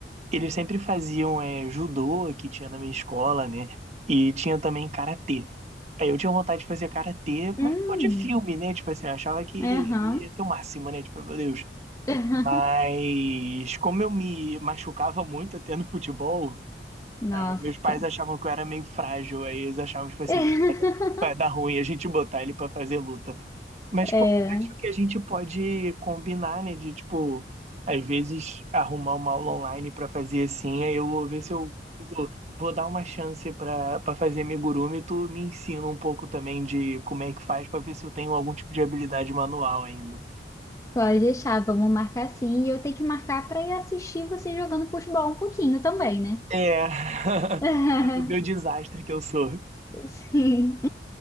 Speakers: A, on the right (about 40°); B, on the left (about 20°).
A: eles sempre faziam é, judô, que tinha na minha escola, né? E tinha também karatê. Aí eu tinha vontade de fazer karatê, mas
B: Hum,
A: por causa de filme, né? Tipo assim, eu achava que
B: aham.
A: ia ser o máximo, né? Tipo, meu Deus.
B: <laughs>
A: Mas como eu me machucava muito até no futebol,
B: Nossa.
A: meus pais achavam que eu era meio frágil, aí eles achavam, tipo assim,
B: <laughs>
A: pô, vai dar- vai dar ruim a gente botar ele pra fazer luta. Mas,
B: É.
A: pô, acho que a gente pode combinar, né, de, tipo, às vezes arrumar uma aula online pra fazer assim, aí eu vou ver se eu consigo, vou dar uma chance pra para fazer amigurumi, tu me ensina um pouco também de como é que faz pra ver se eu tenho algum tipo de habilidade manual ainda.
B: Pode deixar, vamos marcar sim. E eu tenho que marcar para ir assistir você jogando futebol um pouquinho também, né?
A: É, <laughs>
B: <laughs>
A: pra tu ver o desastre que eu sou.
B: Sim.